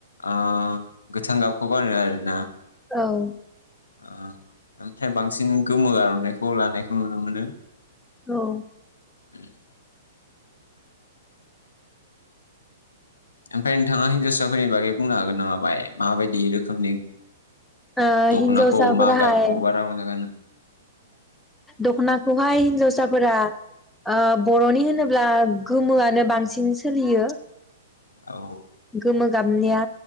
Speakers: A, on the left (about 70°); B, in the centre.
A: ओ गोथां गाबखौ गानो आरोना।
B: औ
A: ओ ओमफ्राय बांसिन गोमो आर'नाइखौ लानायखौ नुनो मोनो।
B: औ
A: <inaudible> ओमफ्राय नोंथाङा हिनजावसाफोरनि बागै बुंनो हागोन नामा बाङाय माबायदि रोखोमनि
B: ओ
A: दख'नाखौ
B: हिनजावसाफोराहाय
A: मा गाबखौ बारा मोजां गानो
B: दख'नाखौहाय हिनजावस साफोरा ओ बर'नि होनोब्ला गोमोआनो बांसिन सोलियो ।
A: औ
B: गोमो गाबनिया